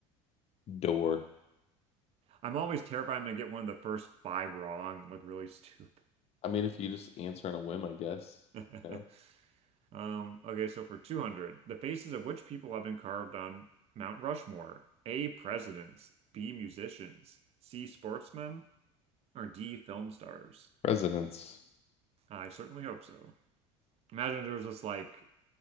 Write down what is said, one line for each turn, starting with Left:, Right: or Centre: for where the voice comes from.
Left: Door.
Right: I'm always terrified I'm gonna get one of the first five wrong and look really stupid.
Left: I mean, if you just answer on a whim, I guess.
Right: <laughs>
Left: You know,
Right: Um, okay, so for 200, the faces of which people have been carved on Mount Rushmore? A, presidents, B, musicians, C, sportsmen, or D, film stars?
Left: residence.
Right: I certainly hope so. Imagine there was just like